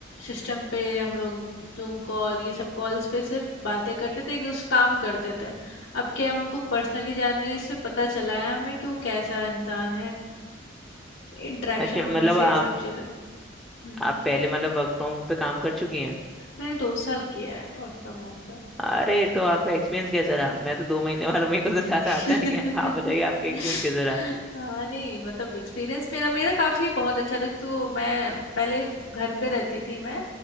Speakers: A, on the left; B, in the centre.
A: सिस्टम पे हम लोग जूम कॉल ये सब कॉल्स पे सिर्फ बातें करते थे एक दूसरे से काम करते थे अब क्या है उनको पर्सनली जानने से पता चला है हमें कि वो कैसा इंसान है इंटरेक्शन
B: अच्छा
A: होने
B: मतलब
A: से ये
B: आप
A: सब चीज़ें हम्म
B: आप पहले मतलब वर्क फ्रॉम होम पे काम कर चुकी हैं
A: मैंने दो साल किया है वर्क फ्रॉम होम पे
B: अरे तो आपका एक्सपीरियंस कैसा रहा मैं तो दो महीने वाला मेरे को तो ज्यादा
A: <laughs>
B: आता नहीं है आप बताइए आपका एक्सपीरियंस कैसा
A: हाँ
B: रहा
A: नहीं मतलब एक्सपीरियंस मेरा मेरा काफ़ी बहुत अच्छा था तो मैं पहले घर पे रहती थी मैं